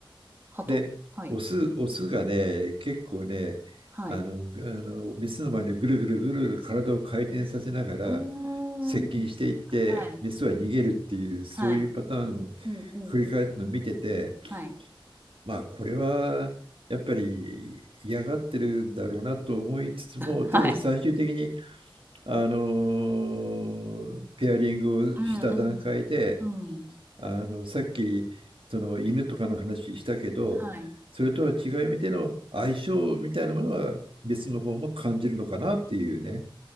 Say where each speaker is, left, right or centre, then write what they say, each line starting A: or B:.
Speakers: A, on the right; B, on the right.
A: ハト。
B: で、
A: はい。
B: オス、オスがね、結構ね、
A: はい。
B: あの、あの、メスの前でぐるぐるぐるぐる体を回転させながら
A: うーん。
B: 接近していって、
A: はい。
B: メスは逃げるっていう、そういうパターンを
A: はい。うんうんうん。
B: 繰り返すのを見てて、
A: はい。
B: まあ、これはやっぱり嫌がってるんだろうなと思いつつも、
A: はい。
B: でも最終的に、あの、ペアリングをした段階で、
A: うんうん。うん。
B: あの、さっき、その犬とかの話したけど、
A: はい。
B: それとは違う意味での相性みたいなものは別の方も感じるのかなっていうね。